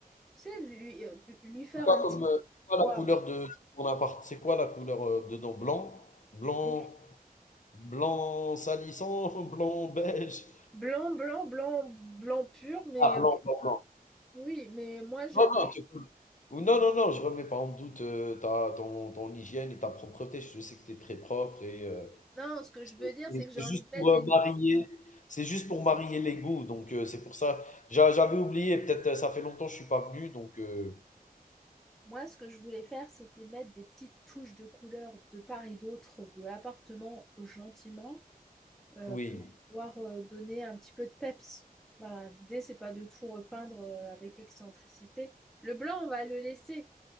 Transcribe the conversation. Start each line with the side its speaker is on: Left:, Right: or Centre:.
Centre: tu sais, lui, euh, lui lui faire
Left: C'est quoi
Centre: un
Left: comme
Centre: petit
Left: euh, c'est quoi
Centre: Waouh,
Left: la couleur de ton appart? C'est quoi la couleur euh, dedans? Blanc, blanc,
Centre: oui.
Left: blanc salissant, <laughs> blanc beige.
Centre: Blanc, blanc, blanc, blanc pur, mais
Left: Ah blanc,
Centre: euh,
Left: blanc, blanc.
Centre: oui, mais moi j'aimerais.
Left: Non, non, tu peux- Ou Non, non, non, je remets pas en doute euh, ta, ton, ton hygiène et ta propreté. Je sais que tu es très propre et euh,
Centre: Non, ce que
Left: C'est
Centre: je veux dire,
Left: c'est
Centre: c'est que j'ai
Left: c'est
Centre: envie
Left: juste
Centre: de mettre
Left: pour,
Centre: des.
Left: heu, marier c'est juste pour marier les goûts, donc heu, c'est pour ça. J'a j'avais oublié, peut-être, heu, ça fait longtemps que je suis pas venu, donc heu,
Centre: Moi, ce que je voulais faire, c'était mettre des petites touches de couleur de part et d'autre de l'appartement gentiment euh,
Left: oui,
Centre: pour pouvoir euh, donner un petit peu de peps. Voilà, l'idée, c'est pas de tout repeindre euh, avec excentricité. Le blanc, on va le laisser,